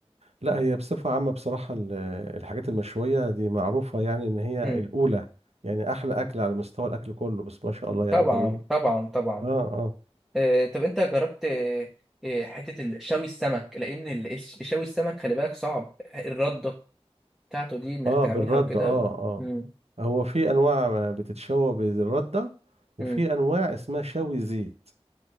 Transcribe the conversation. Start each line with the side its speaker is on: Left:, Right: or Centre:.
Right: لا هي بصفة عامة بصراحة ال- الحاجات المشوية دي معروفة يعني ان هي
Centre: امم
Right: الاولى يعني احلى اكل على مستوى الاكل كله بس ما شاء الله يعني
Centre: طبعا
Right: جميل
Centre: طبعا طبعا
Right: اه اه
Centre: آه طب انت جربت آه آه، حتة ال- شوي السمك لان ال- الش- شوي السمك خلي بالك صعب الردة بتاعته دي انك
Right: اه
Centre: تعملها
Right: بالرده
Centre: وكده
Right: اه اه
Centre: امم
Right: هو في انواع بتتشوى بالرده وفي
Centre: امم
Right: انواع اسمها شوي زيت